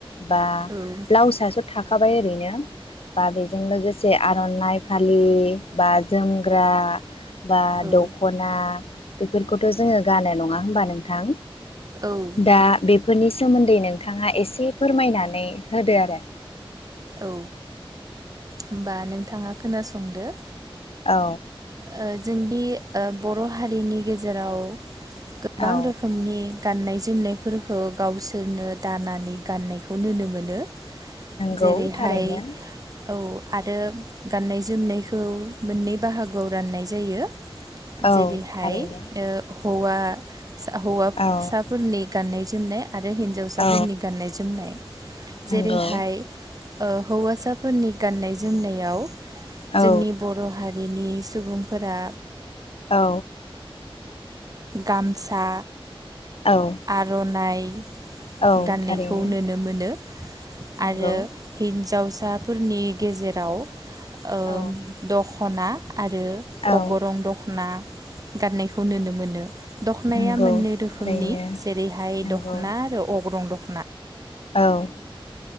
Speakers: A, on the left; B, on the right.
A: बा
B: औ
A: ब्लाउस सा थाखाबाय ओरैनो बा बेजों लोगोसे आरो आरनाइ फालि बा जोमग्रा बा
B: औ
A: दखना बेफोरखौथ जोङो गानो नङा होमबा नोंथां
B: औ नंगौ
A: दा बेफोरनि सोमोन्दै नों नोथाङा एसे फोरमायनानै होदो आरो
B: औ होनबा नोंथाङा खोनासंदो
A: औ
B: ओ जोंनि ओ बर हारिनि गेजेराव गोबां
A: औ
B: रोखोमनि गाननाय जोमनायफोरखौ गावसोरनो दाना नै गाननायखौ नोनो मोनो। जेरैहाय
A: गौ थारैनो।
B: औ आरो गाननाय जोमनायखौ मोननै बाहागोआव राननाय जायो।
A: औ
B: जेरैहाय
A: थारैनो
B: ओ हौआ सा हौवाबसाफोरनि
A: औ
B: गाननाय जोमनाय। आरो हिन्जावसाफोरनि
A: औ
B: गाननाय जोमनाय
A: नंगौ
B: जेरैहाय ओ हौवासाफोरनि गाननाय जोमनायाव
A: औ
B: जोंनि बर' हारि रिनि सुबुंफोरा
A: औ
B: गामसा
A: औ
B: आर'ननाइ
A: औ
B: गाननायखौ
A: थारैनो
B: नोनो मोनो
A: नंगौ
B: आरो हिन्जावस आपुरनि गेजेराव ओ
A: औ
B: दख खना आरो
A: औ
B: अगरं दखना। गाननायखौ नोनो मोनो दख'नाया
A: नंगौ
B: मोननै रोखोमनि।
A: थारैनो
B: जेरैहाय
A: नंगौ
B: दख'ना आरो अग्रं दख
A: औ